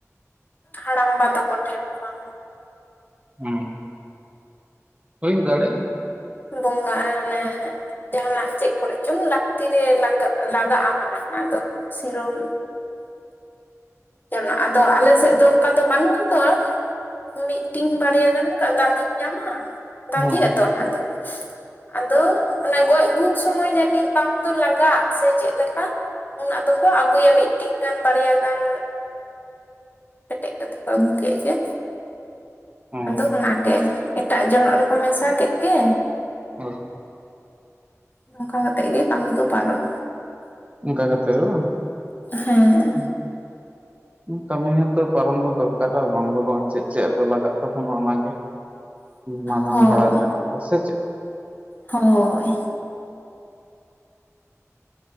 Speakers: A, on the left (about 35°); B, on the right (about 25°).
A: ᱦᱟᱲᱟᱢᱵᱟ ᱛᱟᱠᱚ ᱴᱷᱮᱱ ᱠᱷᱚᱱ᱾
B: ᱦᱮᱸ ᱦᱩᱭ ᱦᱚᱸ ᱫᱟᱲᱮᱭᱟᱜᱼᱟ᱾
A: ᱵᱚᱸᱜᱟᱜᱼᱟᱞᱮ ᱡᱟᱦᱟᱱᱟᱜ ᱪᱮᱫ ᱠᱚᱨᱮ ᱪᱚᱝ ᱞᱟᱹᱠᱛᱤ ᱨᱮ ᱞᱟᱜᱟᱜᱼᱟ ᱢᱟᱱᱮ ᱚᱱᱟ ᱫᱚ, ᱥᱤᱨᱚᱢ᱾ ᱡᱚᱱᱚᱜ ᱟᱫᱚ ᱟᱞᱮ ᱥᱮᱫ ᱫᱚ ᱠᱟ ᱫᱚ ᱵᱟᱹᱱᱩᱜᱼᱟ ᱛᱚ <inaudible> ᱢᱤᱫᱴᱤᱱ ᱵᱟᱨᱭᱟ ᱜᱟᱱ ᱠᱟᱫᱟᱢ ᱤᱧ ᱧᱟᱢᱟ᱾ ᱜᱟᱸᱫᱦᱤᱜ
B: ᱦᱮᱸ
A: ᱟᱛᱚ ᱟᱫᱚ ᱚᱱᱟ ᱫᱚ᱾ ᱟᱫᱚ ᱚᱱᱟ ᱜᱚᱡ ᱜᱩᱨ ᱥᱚᱢᱚᱭ ᱡᱟᱹᱱᱤᱡ ᱵᱟᱝ ᱫᱚ ᱞᱟᱜᱟᱜ ᱥᱮ ᱪᱮᱫᱞᱮᱠᱟ᱾ ᱩᱱᱟ ᱫᱚᱠᱚ ᱟᱹᱜᱩᱭᱟ ᱢᱤᱫᱴᱤᱱ ᱜᱟᱱ ᱵᱟᱨᱭᱟ ᱜᱟᱱ᱾ ᱯᱮᱴᱮᱡ ᱠᱟᱛᱮ ᱠᱚ ᱟᱹᱜᱩ ᱠᱮᱫ ᱜᱮ
B: ᱦᱮᱸ
A: ᱟᱫᱚ ᱚᱱᱟᱜᱮ᱾ ᱮᱴᱟᱜ ᱡᱚᱱᱚᱜ ᱨᱮᱠᱚ ᱢᱮᱥᱟ ᱠᱮᱜ ᱜᱮ᱾
B: ᱦᱳᱭ
A: ᱱᱚᱝᱠᱟ ᱠᱟᱛᱮᱜ ᱜᱮ ᱠᱟᱹᱢᱤ ᱠᱚ ᱯᱟᱨᱚᱢᱟ᱾
B: ᱚᱱᱠᱟ ᱠᱟᱛᱮᱜᱮ ᱵᱟᱝ?
A: ᱦᱮᱸ
B: ᱦᱮᱸ <inaudible> ᱠᱟᱹᱢᱤ ᱦᱚᱸᱛᱚ ᱯᱟᱨᱚᱢ ᱫᱚ ᱫᱚᱨᱠᱟᱨᱟ ᱵᱟᱝ ᱫᱚ ᱵᱟᱝ ᱪᱮᱫᱻᱪᱮᱫ ᱠᱚ ᱞᱟᱜᱟᱜ ᱛᱟᱵᱚᱱᱟ ᱚᱱᱟᱜᱮ᱾ ᱢᱟᱨᱟᱝ
A: ᱦᱳᱭ
B: ᱵᱟᱲᱟᱭ ᱠᱟᱱᱟ ᱦᱚᱭ ᱥᱮ ᱪᱮᱫ᱾
A: ᱦᱳᱭ,